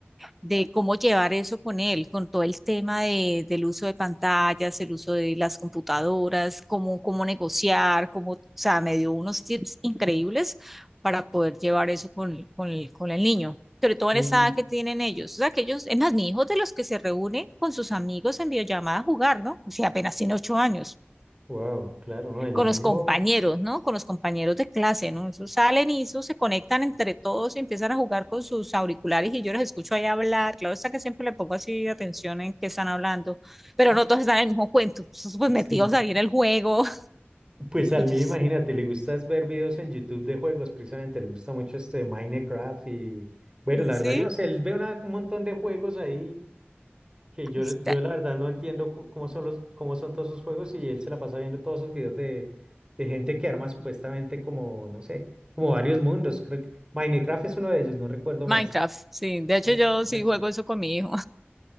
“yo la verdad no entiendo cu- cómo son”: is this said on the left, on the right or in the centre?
Right